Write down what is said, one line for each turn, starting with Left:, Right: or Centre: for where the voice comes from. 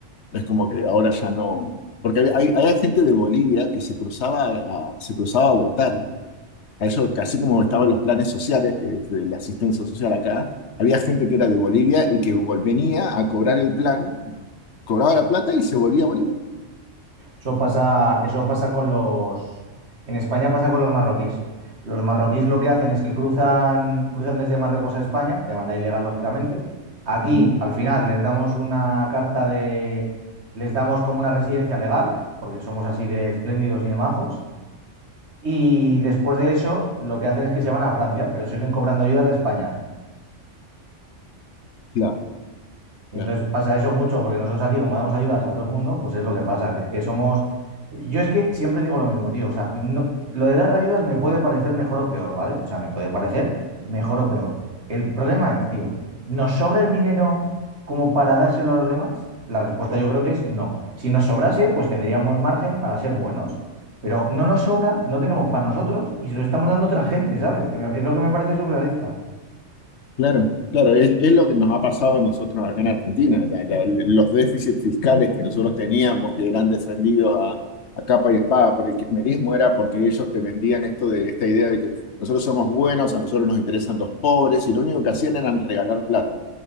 Left: Es como que ahora ya no... Porque hay, hay, hay gente de Bolivia que se cruzaba a- se cruzaba a votar a ellos, así como estaban los planes sociales, que es de la asistencia social acá, había gente que era de Bolivia y que venía a cobrar el plan, cobraba la plata y se volvía a Bolivia.
Right: Eso pasa, eso pasa con los... En España pasa con los marroquíes. Los marroquíes lo que hacen es que cruzan, cruzan desde Marruecos a España, de manera ilegal, lógicamente. Aquí,
Left: Ujú,
Right: al final, les damos una carta de... Les damos como una residencia legal, porque somos así de espléndidos y de majos. Y después de eso, lo que hacen es que se van a Francia, pero siguen cobrando ayudas de España.
Left: Claro,
Right: Y
Left: claro,
Right: entonces pasa eso mucho, porque nosotros aquí, como damos ayudas a todo el mundo, pues es lo que pasa, que es que somos. Yo es que siempre digo lo mismo, tío. O sea, no- lo de dar ayudas me puede parecer mejor o peor, ¿vale? O sea, me puede parecer mejor o peor. El problema es, tío, ¿nos sobra el dinero como para dárselo a los demás? La respuesta yo creo que es no. Si nos sobrase, pues tendríamos margen para ser buenos. Pero no nos sobra, no tenemos para nosotros y se lo estamos dando a otra gente, ¿sabes? Que me- es lo que me parece surrealista.
Left: claro. Claro, es, es lo que nos ha pasado a nosotros acá en Argentina. La- la- los déficits fiscales que nosotros teníamos, que eran defendidos a, a capa y espada por el kirchnerismo, era porque ellos te vendían esto de esta idea de que nosotros somos buenos, a nosotros nos interesan los pobres, y lo único que hacían eran regalar plata.